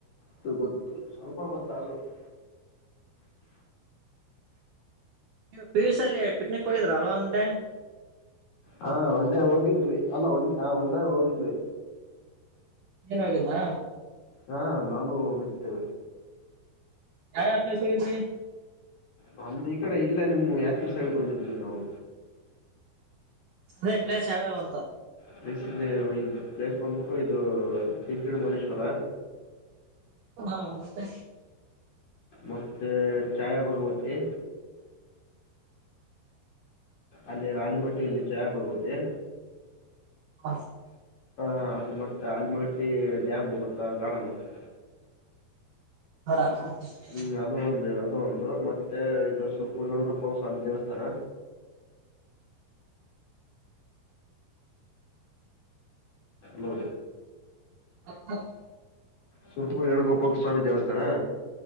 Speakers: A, on the left; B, on the right.
A: ಗೊತ್ತು ಗೊತ್ತು ಸ್ವಲ್ಪ ಗೊತ್ತಾದ್ರು. <inaudible>
B: ನೀ ಪಿ ಯು ಸಿ ಅಲ್ಲಿ ಪಿಕ್ನಿಕ್ ಹೋಗಿದ್ರ ಅಲ್ವಾ ಒನ್ ಡೇ.
A: ಹಾ ಒನ್ ಡೇ ಹೋಗಿದ್ವಿ ಅಲ್ಲ ಹ ಒನ್ ಡೇ ಹೋಗಿದ್ವಿ.
B: ಏನು ಆಗಿಲ್ವಾ.
A: ಹಾ ನಾನು ಹೋಗಿದ್ದೆ.
B: ಯಾವ್ ಯಾವ್ ಪ್ಲೇಸಲಿದ್ರಿ.
A: ನಮ್ದ್ ಈ ಕಡೆ ಇಲ್ಲೆ ನಿಮ್ಮು ಯಾದ್ಗೀರಿ ಸೈಡ್ ಬಂದಿದ್ದ್ವಿ ನಾವು.
B: ಪ್ಲೇ ಪ್ಲೇಸ್ ಯಾವ್ಯಾವ ಅಂತ.
A: ಪ್ಲೇಸ್ ಇಲ್ಲಿ ಇ ಪ್ಲೇಸ್ ಬಂದ್ಬಿಟ್ಟು ಇದು <unintelligible> ಮಣೇಶ್ವರ.
B: ಹಾ ಮತ್ತೆ.
A: ಮತ್ತೆ ಚಾಯ ಬಗವತ್ತಿ. ಅಲ್ಲಿ ಆಲಿಮಟ್ಟಿ ಯಲ್ಲಿ ಚಾಯಾ ಬಗವತಿ.
B: <inaudible>
A: ಹ ಅದುಮಟ್ಟ ಆಲಮಟ್ಟಿ ಡ್ಯಾಮು ಗೊತ್ತಾ <unintelligible>
B: <inaudible>
A: ಹ್ಮ ಅದು <unintelligible> ಒಂದು ಅದು ಒಂದು ಮತ್ತೆ ಇದು ಸುರ್ಪು ಏಣುಗಪ್ಪ ಸ್ವಾಮಿ ದೇವಸ್ಥಾನ. ಹಲೋ.
B: <inaudible>
A: ಸುರ್ ಪುರ್ ವೇಣುಗೋಪಾಲ್ ಸ್ವಾಮಿ ದೇವಸ್ಥಾನಾ.